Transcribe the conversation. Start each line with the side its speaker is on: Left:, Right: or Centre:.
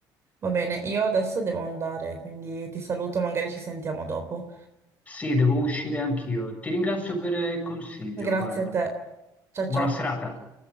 Right: Va bene, io adesso devo andare, quindi ti saluto, magari ci sentiamo dopo.
Left: Sì, devo uscire anch'io. Ti ringrazio per il consiglio,
Right: Grazie
Left: guarda.
Right: a te. Ciao
Left: Buona
Right: ciao.
Left: serata.